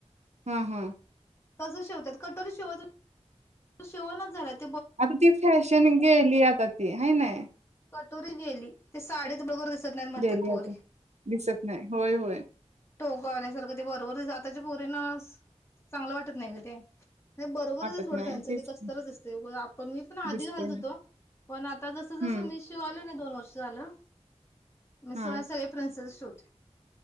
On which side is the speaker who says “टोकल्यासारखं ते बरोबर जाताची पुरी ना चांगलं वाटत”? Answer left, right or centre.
Left